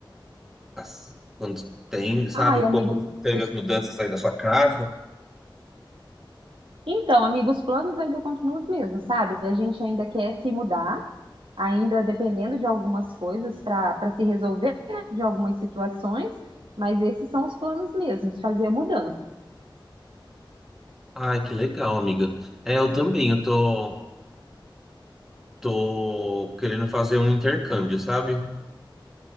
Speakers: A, in the centre; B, on the right (about 75°).
A: as, quando tem, sabe,
B: Ai, amigo,
A: como teve
B: os...
A: as mudanças aí na sua casa.
B: então, amigo, os planos ainda continuam os mesmos, sabe? A gente ainda quer se mudar, ainda dependendo de algumas coisas para para se resolver né, de algumas situações, mas esses são os planos mesmos, fazer a mudança.
A: Ai, que legal, amiga. É, eu também, eu tô tô querendo fazer um intercâmbio, sabe?